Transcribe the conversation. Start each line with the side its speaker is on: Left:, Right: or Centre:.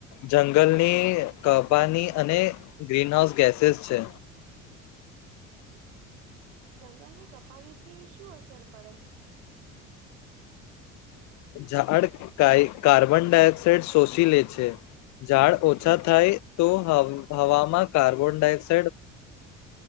Left: જંગલની કબાની અને ગ્રીન હાઉસ કેસેસ છે.
Right: જંગલની કપાની થી શું અસર પડે?
Left: ઝાડ કાઈ કાર્બન ડાયોક્સાઇડ શોષી લે છે. ઝાડ ઓછા થાય તો હબ હવામાં કાર્બન ડાયઓક્સ